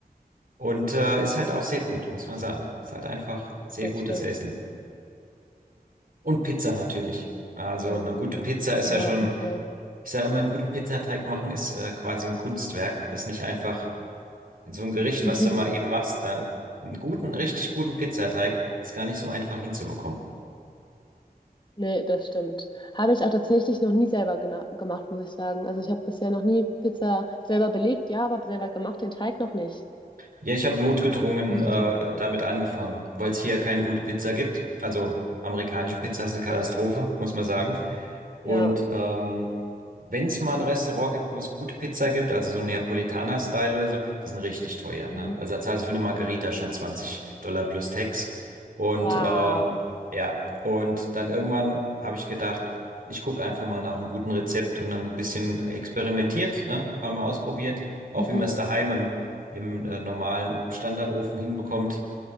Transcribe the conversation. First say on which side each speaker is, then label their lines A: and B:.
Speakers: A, on the right; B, on the left.
A: Und äh, ist halt auch sehr gut, muss man sagen. Ist halt einfach sehr
B: Das
A: gutes
B: stimmt.
A: Essen. Und Pizza natürlich. Also
B: Ja,
A: eine gute Pizza ist
B: ja
A: ja schon,
B: Pizza.
A: ich sage immer, einen guten Pizzateig machen ist äh, quasi ein Kunstwerk. Das ist nicht einfach in so einem Gericht,
B: <laughs>
A: was du mal eben machst. Da, einen guten, richtig guten Pizzateig ist gar nicht so einfach hinzubekommen.
B: Nee, das stimmt. Habe ich auch tatsächlich noch nie selber gena- gemacht, muss ich sagen. Also ich habe bisher noch nie Pizza selber belegt, ja, aber selber gemacht, den Teig noch nicht.
A: Ja, ich habe notgedrungen
B: Muss ich
A: äh,
B: gleich mal ausprobieren.
A: damit angefangen, weil es hier keine gute Pizza gibt. Also amerikanische Pizza ist eine Katastrophe,
B: Das stimmt.
A: muss man sagen. Und
B: Ja.
A: ähm, wenn es mal ein Restaurant gibt, wo es gute Pizza gibt, also so Neapolitaner-Style oder so, die sind richtig teuer.
B: Mhm.
A: Ne? Also da zahlst du für eine Margarita schon 20 Dollar plus Tax. Und
B: Wow.
A: ähm, ja, und dann irgendwann habe ich gedacht, ich gucke einfach mal nach einem guten Rezept und dann ein bisschen experimentiert, ne? Ein paar Mal ausprobiert, auch
B: Mhm.
A: wie man es daheim im im äh, normalen Standardofen hinbekommt.